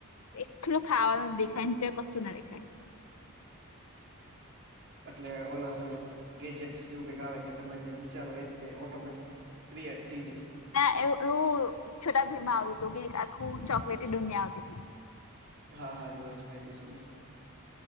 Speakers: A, on the left (about 85°); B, on the right (about 55°).
A: એલું ખાાવ દેખાયચ કશું ના દેખાય
B: એટલે ઓ ગેજેટ જેવું કઈક આવે કે તમે જે વિચારો એ તે ઓટોમેટિક ક્રિએટ થઈ જાય <inaudible>
A: ના એવું એવું <unintelligible> છોટા ભીમાં આવતું હતું કે આખું ચોકલેટી દુનિયા આવતી હતી <inaudible>
B: હા હા જોયો છે મેં <inaudible> એપિસોડ